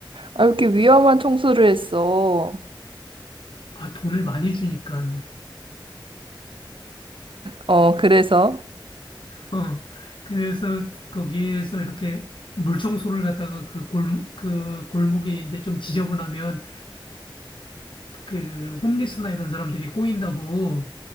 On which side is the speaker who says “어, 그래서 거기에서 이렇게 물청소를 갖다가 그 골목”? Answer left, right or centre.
Left